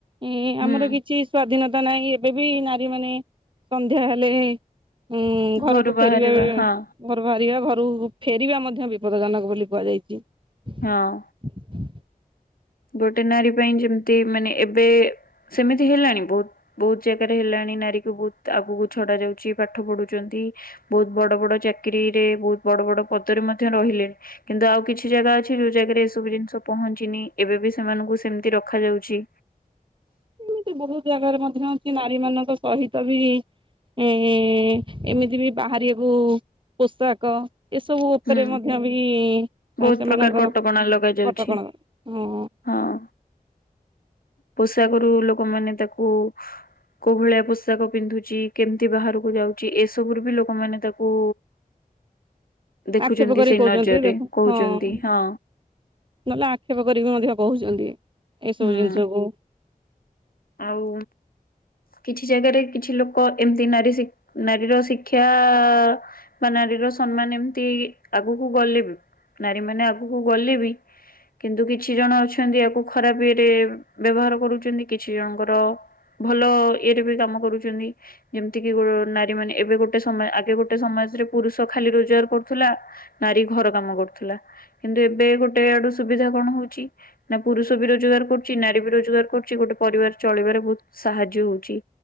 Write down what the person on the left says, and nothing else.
ହୁଁ
ଘରୁ ବାହାରିବା
ହଁ
ହଁ।
ଗୋଟେ ନାରୀ ପାଇଁ ଯେମିତି ମାନେ ଏବେ ବେ ସେମିତି ହେଲାଣି ବହୁତ। ବହୁତ ଜାଗାରେ ହେଲାଣି ନାରୀ କୁ ବହୁତ ଆଗକୁ ଛଡା ଯାଉଛି ପାଠ ପଢୁଛନ୍ତି। ବହୁତ ବଡ ବଡ ଚାକିରିରେ ବହୁତ ବଡ ବଡ ପଦରେ ମଧ୍ୟ ରହିଲେଣି। କିନ୍ତୁ ଆଉ କିଛି ଜାଗା ଅଛି ଯୋଉ ଜାଗାରେ ଏସବୁ ଜିନିଷ ପହଞ୍ଚିନି। ଏବେବି ସେମାନଙ୍କୁ ସେମିତି ରଖାଯାଉଛି।
ହୁଁ
ବହୁତ
ପ୍ରକାର କଟକଣା ଲଗାଯାଉଛି
ହଁ। ପୋଷାକରୁ ଲୋକମାନେ ତାକୁ କୋଉ ଭଳିଆ ପୋଷାକ ପିନ୍ଧୁଚି କେମିତି ବାହାରକୁ ଯାଉଚି ଏସବୁ ରୁ ବି ଲୋକମାନେ ତାକୁ ଦେଖୁଛନ୍ତି
ସେଇ
ନଜରରେ
କହୁଛନ୍ତି
ହଁ
ହୁଁ
ଆଉ କିଛି ଜାଗାରେ କିଛି ଲୋକ ଏମିତି ନାରୀ ସି ନାରୀର ଶିକ୍ଷା ଆ ବା ନାରୀର ସମ୍ମାନ ଏମିତି ଆଗକୁ ଗଲେ ବି ନାରୀ ମାନେ ଆଗକୁ ଗଲେ ବି କିନ୍ତୁ କିଛି ଜଣ ଅଛନ୍ତି ୟାକୁ ଖରାପ ଇଏରେ ବ୍ୟବହାର କରୁଛନ୍ତି କିଛି ଜଣଙ୍କର ଭଲ ଇଏରେ ବି କାମ କରୁଚ଼ନ୍ତି ଯେମିତି କିି ଗୋ ନାରୀ ମାନେ ଏବେ ଗୋଟେ ସମ ଆଗେ ଗୋଟେ ସମାଜରେ ପୁରୁଷ ଖାଲି ରୋଜଗାର କରୁଥିଲା ନାରୀ ଘର କାମ କରୁଥିଲା କିନ୍ତୁ ଏବେ ଗୋଟେ ଆଡୁ ସୁବିଧା କଣ ହଉଛି ନା ପୁରୁଷ ବି ରୋଜଗାର କରୁଚି ନାରୀ ବି ରୋଜଗାର କରୁଚି ଗୋଟେ ପରିବାର ଚଳିବାରେ ବହୁତ ସାହାଯ୍ୟ ହଉଛି